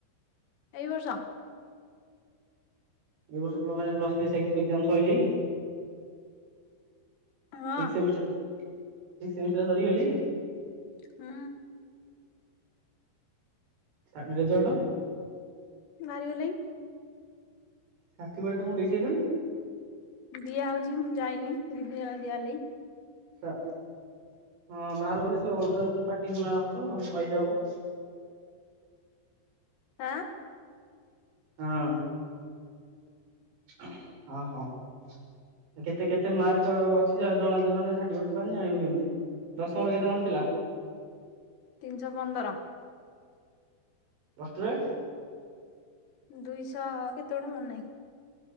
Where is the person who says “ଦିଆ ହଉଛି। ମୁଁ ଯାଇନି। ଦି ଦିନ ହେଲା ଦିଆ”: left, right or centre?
Left